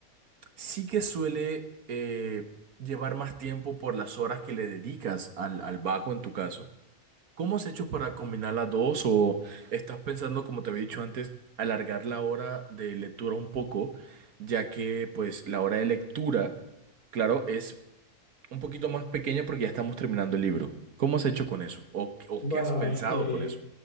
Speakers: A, on the right; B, on the left.
A: sí que suele eh, llevar más tiempo por las horas que le dedicas al, al bajo en tu caso. ¿Cómo has hecho para combinar las dos? ¿O estás pensando, como te había dicho antes, alargar la hora de lectura un poco, ya que pues la hora de lectura, claro, es un poquito más pequeña porque ya estamos terminando el libro? ¿Cómo has hecho con eso? ¿O, qué- o
B: Bueno,
A: qué has pensado
B: es que
A: con eso?